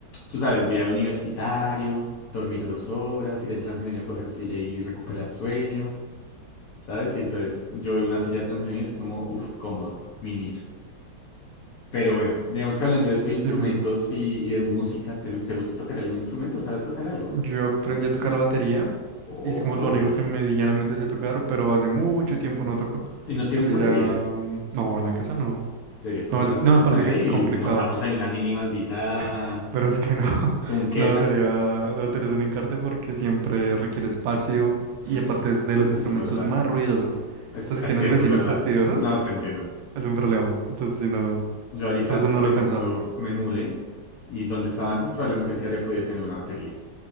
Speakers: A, on the left; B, on the right.
A: tú sabes, viaje universitario, dormir dos horas, ir en Transmilenio a coger silla y recuperar sueño, ¿sabes? Y entonces yo veo una silla de Transmilenio y es como, uff, cómodo, mimir. Pero bueno, digamos que hablando de esto, de instrumentos
B: sí, ve.
A: y, y de música, ¿te, te gusta tocar algún instrumento? ¿Sabes tocar algo?
B: Yo aprendí a tocar la batería
A: Ojo.
B: y es como lo único que medianamente sé tocar, pero hace mucho tiempo no toco.
A: ¿Y no tienes
B: Hace
A: batería?
B: ya... mm, No, en la casa no.
A: Deberías comprarte
B: No, es- no, aparte
A: una,
B: que
A: ¿eh?
B: es complicado,
A: Y montamos ahí una mini bandita
B: <laughs> pero es que no. <laughs>
A: punqueta.
B: La batería, la batería es un encarte porque siempre requiere espacio
A: Sí,
B: y aparte es de los instrumentos
A: Eso es verdad.
B: más ruidosos.
A: Así,
B: Entonces,
A: así,
B: si tienes
A: eso
B: vecinas
A: es verdad.
B: fastidiosas,
A: No te entiendo.
B: es un problema. Entonces, si no...
A: Yo ahorita,
B: Por eso no
A: por
B: lo
A: ejemplo,
B: he pensado.
A: me mudé y donde estaba antes probablemente sí habría podido tener una batería.